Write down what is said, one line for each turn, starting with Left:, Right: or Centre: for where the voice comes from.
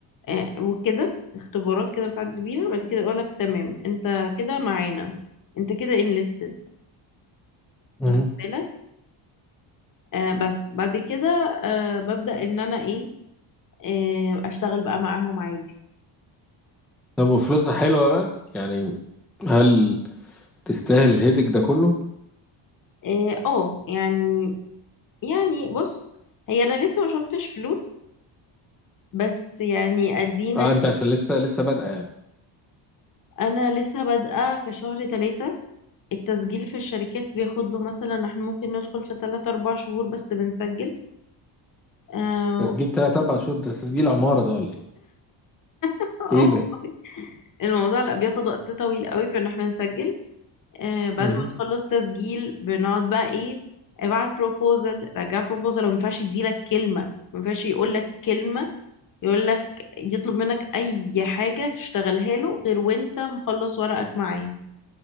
Left: آه، وكده اختبارات كده بتعدي بيها بعد كده يقولك تمام انت كده معانا انت كده انليستد
Centre: مم.
Left: واخد بالك آه بس بعد كده آه ببدأ ان انا ايه آه اشتغل بقى معاهم عادي
Centre: طب وفلوسها حلوة بقى يعني هل تستاهل الهيدك ده كله؟
Left: اه آه، يعني يعني بص هي انا لسه ما شفتش فلوس بس يعني ادينا
Centre: أه أنت عشان لسه لسه بادئة يعني
Left: انا لسه بادئه في شهر ثلاثة التسجيل في الشركات بياخد له مثلا احنا ممكن ندخل في 3 4 شهور بس بنسجل آه
Centre: تسجيل تلات أربع شهور ده تسجيل عمارة ده ولا إيه؟
Left: أو-
Centre: إيه ده؟
Left: <laughs> الموضوع لا بياخد وقت طويل قوي في ان احنا نسجل آه بعد
Centre: مم.
Left: ما نخلص تسجيل بنقعد بقى ايه ابعت بروبوزل رجع بروبوزل وما ينفعش يديلك كلمة ما ينفعش يقول لك كلمة يقول لك يطلب منك اي حاجة تشتغلها له غير وانت مخلص ورقك معاه